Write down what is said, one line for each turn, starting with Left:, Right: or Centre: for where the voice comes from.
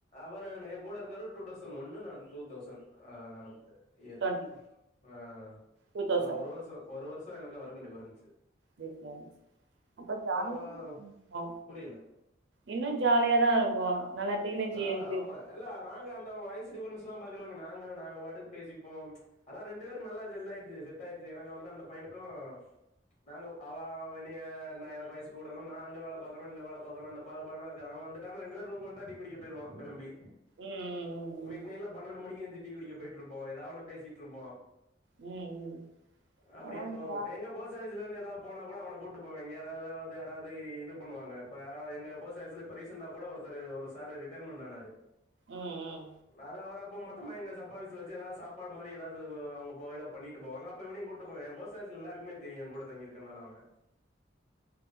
Left: அவரு எ கூட இருக் கவரு டூடௌசண் ஒன்னு நா டூதௌசண் ஆப்டி இயர்
Right: டுவெண்ட்டி
Left: ஆ
Right: டூ தௌசண்ட்
Left: அதா ஒரு வருஷோ ஒரு வருஷ் இப்ப எனக்கு அவருக்கு டிபரன்ஸு
Right: டிஃபரன்ஸ் அப்ப ஜாலியா
Left: வ
Right: தா இருக்கீங்க
Left: புரியல.
Right: இன்னு ஜாலியா தா இருக்கு நல்லா டீனேஜ்
Left: ஆஹ்
Right: ஏஜ் ம்
Left: ஆமா இல்ல நாங்க இங்க வாய்ஸ் டிப்ரன்ஸ்லா பாக்கறதில்ல நாங்க நாங்க பாட்டுக் பேசிப்போ அதா ரெண்டு பேர்க்கு நல்லா ஜெல்லாய்ட்ச்சு செட்டாய்டுசு எனக்கு அவனுக்கு அந்த பையனுக்கு நாங்க அவ என்னய நா எனக்கு வயசு கூட்டு நா அங்க வேல பாக்குறணு இங்க வேல பாக்குறணு இந்த பாகுபாட்லாருக்காது அவ வந்துட்டானா ரெண்டு பேரு ரூம்க் வந்ட்டா டி குடிக்க போய்ருவோ கெளம்பி
Right: ம் ம்
Left: மிட் நைட்ல பன்னெண்டு மணிக்கு எந்து டீ குடிக்க போயிட்ருப்போ எதாவொன்ன பேசிட்ருப்போ
Right: ம் ம் ம்
Left: அப்படியே
Right: அதா
Left: போவோ
Right: ஜா
Left: எங்க போஸ்டாஃபிலருந்து எதா போனா கூட அவன கூட்டு போவே எங்க யாராவது யாராவது இது பண்ணுவாங்க இப்ப யாரா எங்க போஸ்டாபிஸ்ல ரீசாண்டா கூட ஒருத்தரு சார் ரிட்டர்மெண்ட் ஆனரு
Right: ம் ம்
Left: அத அவர அப்ப மட் டுமே எங்க சப்பாபீசல வச்சு எதாது சாப்பாடு மாரி எதாவ்து அவங்க போகய்ல பண்ணிட்டு போவாங்க அப்போ இவனயு கூட்டு போவ எ போஸ்ட் ஆப்பிஸ்ல எல்லாருக்குமே தெரியு எங்கூட தங்கியிருக்கனால அவன